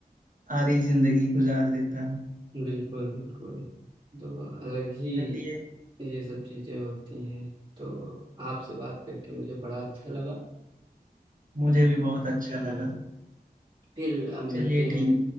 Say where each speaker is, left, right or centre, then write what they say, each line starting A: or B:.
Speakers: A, on the right; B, on the right.
A: आधी जिंदगी गुजार देता है
B: बिल्कुल बिल्कुल तो अलग ही
A: चलिए
B: ये सब चीजें होती हैं तो आपसे बात करके मुझे बड़ा अच्छा लगा
A: मुझे भी बहुत अच्छा
B: हम्म
A: लगा
B: फिर अब मिलते
A: चलिए
B: हैं
A: ठीक